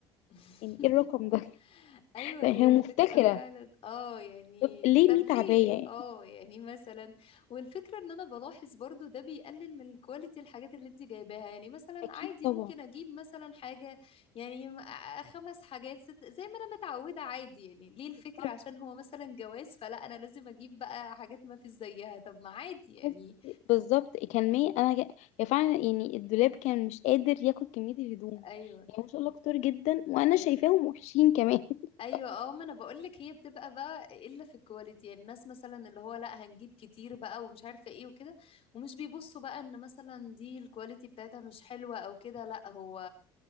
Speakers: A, on the left; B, on the left.
A: <laughs>
B: يعني ايه الرقم ده
A: ايوه
B: <laughs> هي
A: هي
B: مفتكره
A: الفكره فعلا اه يعني
B: طب ليه
A: طب
B: 100
A: ليه
B: عباية يعني
A: اه يعني مثلا والفكره ان انا بلاحظ برضو ده بيقلل من الكواليتي الحاجات اللي انت جايباها يعني مثلا
B: أكيد
A: عادي
B: طبعا
A: ممكن اجيب مثلا حاجه يعني م- آه خمس حاجات ست زي ما انا متعوده عادي يعني ليه الفكره
B: طب
A: عشان هو مثلا جواز فلا انا لازم اجيب بقى حاجات ما فيش زيها طب ما عادي يعني
B: تحس بالظبط كان 100 أنا جا- هي فعلا يعني الدولاب كان مش قادر ياخد كمية الهدوم
A: ايوه
B: يعني ما شاء الله كتير جدا وأنا
A: ايوه
B: شايفاهم وحشين كمان <laughs>
A: ايوه اه ما انا بقول لك هي بتبقى بقى الا في الكواليتي يعني الناس مثلا اللي هو لا هنجيب كتير بقى ومش عارفه ايه وكده ومش بيبصوا بقى ان مثلا دي الكواليتي بتاعتها مش حلوه او كده لا هو